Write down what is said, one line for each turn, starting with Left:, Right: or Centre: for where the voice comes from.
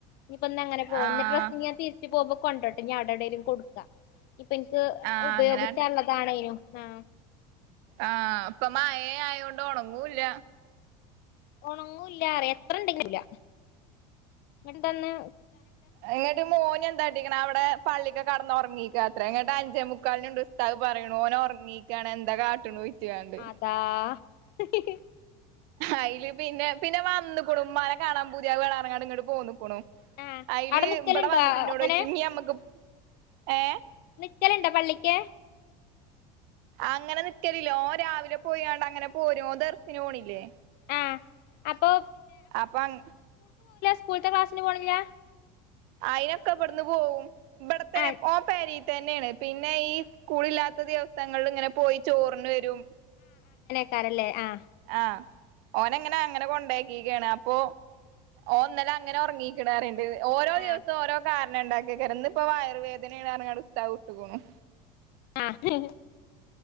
Left: ഇനിപ്പൊന്ന അങ്ങെ പോക
Right: ആഹ്
Left: ഇന്റെ്ര ഞൻ തിരിച്ച പോക്പോ കൊണ്ടോട്ടെ ഞാൻവിടെ എവിടെേങ്കലും കൊടുക്കാം ഇ എനിക്ക്
Right: ആഹ്
Left: ഉപയോഗിച്ചാുള്ളതാണും
Right: അങ്ങനെ
Left: ആ
Right: ആഹ അപ്പൊ മായ ആയത കൊണ്ട്ോണം അങ്ങൂല്ല
Left: ഉണങ്ങൂല്ലറ എത്ര ഇണ്ടെങ്കുംല്ല എന്തന്ന്
Right: എങ്ങിട്ട് മോന് എന്താ അടിക്കണ അവിടെ പള്ളിക്കൊക്കെ കടന്നുറങ്ങീിക്കുക അത്ര എങ്ങട്ട അഞ്ചേ മുുക്കാലിുണ്ട് ഉസ്താവ് പറയണ ഓനെ ഉറങ്ങീക്കയാണ് എന്താ കാട്ടണു ചോയിച്ച്കാണ്ട്
Left: അതാ <unintelligible>
Right: അയില് പിന്നെ പിന്നെ വന്നക്കൂടും മല കാണാൻ പുതിയ വേണാറങ്ങാട് ഇങ്ങോട്ട് പോന്നക്കണു
Left: ആഹ്
Right: അയില്
Left: അവിടെ നിക്കലുണ്ടോ
Right: ഇവിടെ വന്നിട്ട് ഇന്ന
Left: അങ്ങനെ
Right: ഇടെ വച്ചു ഇനി നമ്മക്ക് ഏ
Left: നിക്കലുണ്ട പള്ളിക്ക്
Right: അങ്ങനെ നിക്കലില്ലോ രാവിലെ പോയണ്ട് അങ്ങനെ പോരും ദർശന് പോണില്ലേ
Left: ആ അപ്പൊ
Right: അം
Left: സ്കൂൾത്തെ ക്ലാസ്സിന് പോണമാ
Right: അയിനൊക്കെ അവിടന്ന് പോകവും ഇവിടെത്തനെ
Left: ആഹ്
Right: ഓ പീ തന്നെയാണ് പിന്നെ ഈ സ്കൂളില്ലാത്ത അവസ്ഥങ്ങളിൽ ഇങ്ങനെ പോയി ചോറിന്ന് വരും
Left: ക്കറല്ലേ ആ
Right: ആഹ ഓനങ്ങനെ അങ്ങനെ കൊണ്ടാക്കിക്കയാണ് അപ്പൊ ഓന്നല അങ്ങനെ ഉറങ്ങിക്കിടാറുണ്ട് ഓരോ
Left: ആഹ്
Right: ദിവസം ഓരോ കാര ഉണ്ടാക്കി കറന്ന് ഇപ്പ വയറുവേദനങ്ങ അടിസ്ഥതാവ കട്ടുന്നു
Left: ആഹ്